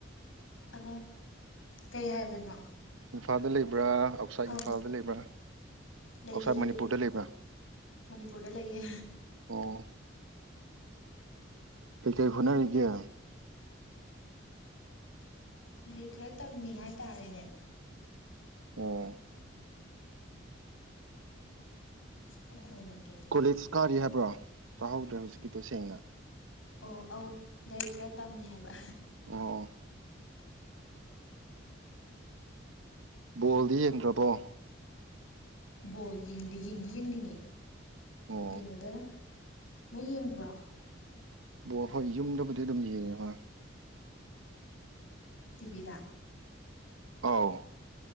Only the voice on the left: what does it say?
ꯑ ꯀꯩ ꯍꯥꯏꯕꯅꯣ
ꯑꯧ
ꯂꯩꯌꯦ
ꯂꯩꯌꯦ
ꯃꯅꯤꯄꯨꯔꯗ ꯂꯩꯌꯦ
ꯂꯥꯏꯔꯤꯛ ꯈꯔ ꯇꯝꯃꯤ ꯍꯥꯏꯇꯥꯔꯦꯅꯦ
ꯃꯅꯤ ꯃꯅꯤ
ꯑꯣ ꯑꯧ ꯂꯥꯏꯔꯤꯛ ꯈꯔ ꯇꯝꯃꯤ ꯍꯥꯏꯕ
ꯕꯣꯜ ꯌꯦꯡꯗꯤ ꯌꯦꯡꯅꯤꯡꯉꯤ
ꯀꯩꯅꯣꯗ ꯅꯣꯏ ꯌꯦꯟꯕ꯭ꯔꯥ
ꯇꯤꯕꯤꯤꯗ